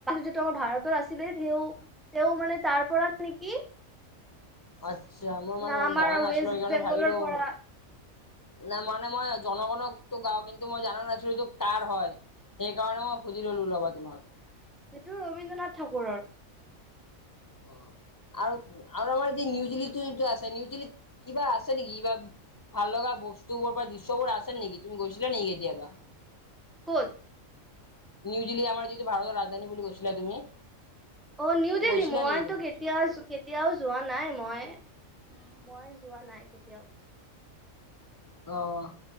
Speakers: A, in the centre; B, on the left.
A: যিটো আমাৰ ভাৰতৰ আছিল। <unintelligible> তেওঁ মানে তাৰ পৰা নেকি
B: আচ্ছা মই মানে
A: না আমাৰ
B: জানা নাছিলো
A: ৱেষ্ট
B: সেইকাৰণে
A: বেংগলৰ
B: ভাবিলোঁ।
A: পৰা
B: না মানে মই জন গণতো গাও কিন্তু মই জানা নাছিলো এইটো তাৰ হয়। সেইকাৰণে মই সুধি ল'লো লগত তোমাক।
A: সেইটো ৰবীন্দ্ৰ নাথ ঠাকুৰৰ।
B: অ'। আৰু আৰু আমাৰ কি নিউ দিল্লীটো আছে নিউ দিল্লীত কিবা আছে নেকি? ভাল লগা বস্তুবোৰ বা দৃশ্যবোৰ আছে নেকি তুমি গৈছিলা নেকি কেতিয়াবা?
A: ক'ত?
B: নিউ দিল্লী আমাৰ যিটো ভাৰতৰ ৰাজধানী বুলি কৈছিলা তুমি।
A: অ', নিউ
B: সেইটো
A: দিল্লীত
B: গৈছিলা
A: মইতো
B: নেকি তুমি?
A: কেতিয়াও কেতিয়াও যোৱা নাই মই মই যোৱা নাই কেতিয়াও।
B: অ'।